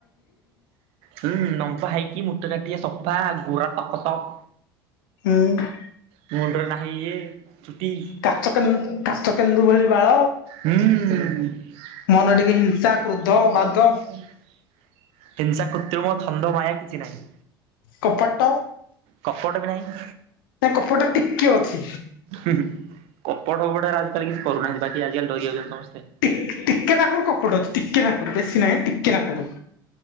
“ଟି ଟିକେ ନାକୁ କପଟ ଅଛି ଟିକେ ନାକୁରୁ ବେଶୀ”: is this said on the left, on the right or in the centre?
Left